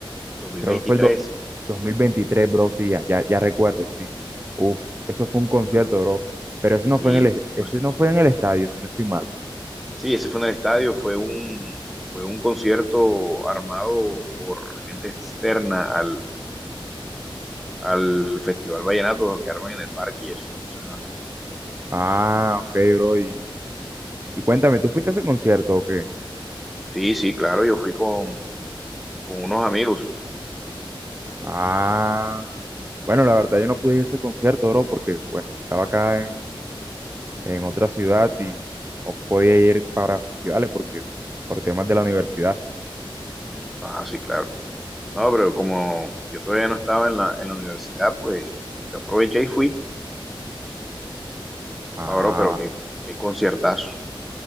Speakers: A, in the centre; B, on the right.
A: 2023.
B: creo que fue el do- dos mil veintitrés bro, sí, ya, ya, ya recuerdo, sí. Uf, eso fue un concierto,
A: Tú-
B: bro, pero ese
A: sí,
B: no fue en el, es-
A: pues,
B: ese no fue en el estadio, si no estoy mal.
A: Sí, ese fue en el estadio, fue un, fue un concierto armado por gente externa al, al Festival Vallenato, los que arman en el parque y eso. Entonces, ajá.
B: Ah, ok, bro, y, y cuéntame, ¿tú fuiste a ese concierto o qué?
A: Sí, sí, claro, yo fui con, con unos amigos.
B: Ah, bueno, la verdad yo no pude ir a ese concierto, bro, porque, bueno, estaba acá en, en otra ciudad y no podía ir para festivales porque, por temas de la universidad.
A: Ah, sí, claro. No, pero como yo todavía no estaba en la, en la universidad, pues yo aproveché y fui.
B: Ah,
A: Ahora, pero qué, qué conciertazo.